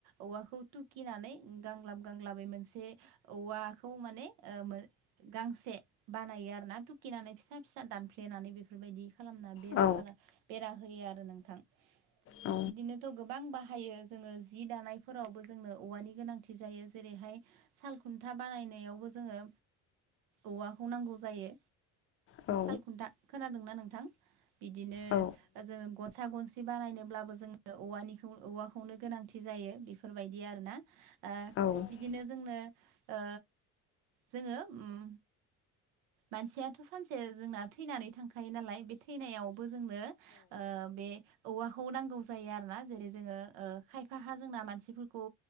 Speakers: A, on the right; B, on the left.
A: औवा खौ तुखिनानै गांलाब गांलाबै मोनसे औवाखौ माने ओ गां गांसे बानायो आरो ना तुकिनानै फिसा-फिसा दान हेनानै बेफोरबायदि खालामना बेरा
B: औ
A: <unintelligible> बेरा होयो आरो नोंथां।
B: औ
A: बिदिनोथ' गोबां बाह बायो जोङो जि दानायफोरावबो जोंनो औवानि गोनांथि जायो। जेरैहाय सालखुन्था बानाय नैयावबो जोङो औवाखौ नांगौ जायो।
B: औ।
A: सालखुन्था खोनादोंना नोंथां बिदिनो
B: औ
A: जोङो गसा गनसि बानायनो ब्लाबो जोङो औवानिखौ औवाखौनो गोनांथि जायो बेफोरबायदि आरो ना। ओ
B: औ
A: बिदिनो जोंनो ओ जोङो ओम मानसियाथ' सानसे जोंना थैनानै थांखायो नालाय बे थैनायावबो जोंनो ओ बे औवाखौ नांगौ जायो आरो ना जेरै जोङो खायफा हा जोंना मानसिफोरखौ